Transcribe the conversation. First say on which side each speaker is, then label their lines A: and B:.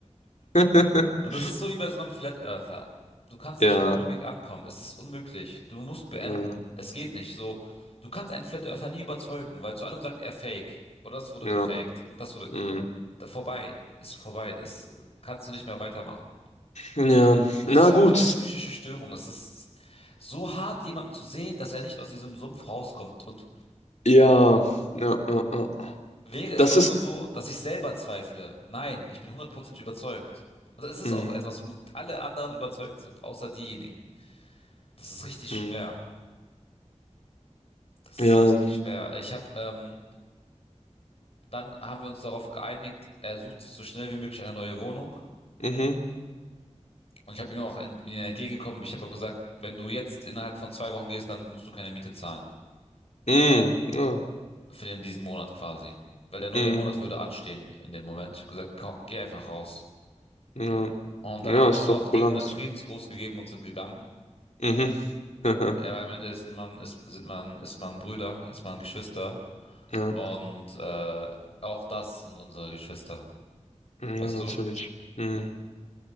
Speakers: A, on the left; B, on the left.
A: <laughs>
B: und das ist so wie bei so einem Flat Earther. Du kannst
A: Ja,
B: nicht mit Logik ankommen. Es ist unmöglich. Du musst beenden.
A: ja,
B: Es geht nicht. So, du kannst einen Flat Earther nie überzeugen, weil zu allem sagt er Fake. Oder das wurde
A: ja.
B: gefaked. Und das wurde
A: mm.
B: da, vorbei. Ist vorbei. Das äh, kannst du nicht mehr weitermachen.
A: Ja,
B: Es
A: na
B: ist wirklich
A: gut.
B: eine psychische Störung. Es ist so hart, jemanden zu sehen, dass er nicht aus diesem Sumpf rauskommt. Und
A: Ja, ja, ja, ja.
B: Wäre es
A: Das
B: doch
A: ist.
B: nur so, dass ich selber zweifle. Nein, ich bin hundertprozentig überzeugt. Also es ist
A: mm,
B: auch etwas, wo alle anderen überzeugt sind, außer diejenigen. Das ist richtig
A: mm.
B: schwer. Das
A: Ja,
B: ist richtig schwer. Ich habe, ähm, dann haben wir uns darauf geeinigt, er sucht sich so schnell wie möglich eine neue Wohnung.
A: mhm.
B: Und ich habe ihm auch ent mir entgegengekommen. Ich habe auch gesagt, wenn du jetzt innerhalb von zwei Wochen gehst, dann musst du keine Miete zahlen.
A: mm, Ja,
B: Für den, diesen Monat quasi. Weil der neue
A: mm,
B: Monat würde anstehen in dem Moment. Ich habe gesagt, komm, geh einfach raus.
A: ja,
B: Und
A: ja,
B: dann haben wir
A: ist
B: uns Hm.
A: doch
B: noch
A: kulant.
B: den Friedensgruß gegeben und sind gegangen.
A: Mhm. <laughs>
B: Ja, weil am Ende ist man, ist, sind man, ist man Brüder, ist man Geschwister.
A: Ja,
B: Und äh, auch das sind unsere Geschwister.
A: ja,
B: Weißt
A: natürlich.
B: du?
A: Mm.